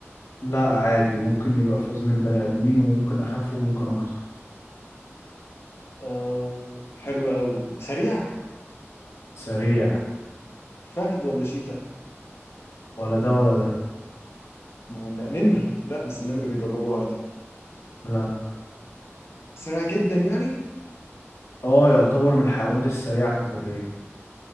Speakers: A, on the left; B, on the left.
A: لا عادي ممكن يبقى في وزن البني ادمين وممكن اخف وممكن اكتر
B: آه حلو قوي سريع
A: سريع
B: فهد ولا شيتا
A: ولا ده ولا ده
B: ما هو لا نمر لا بس النمر بيدربوه عادي
A: لا
B: سريع جدا يعني
A: اه يعتبر من الحيوانات السريعة في البرية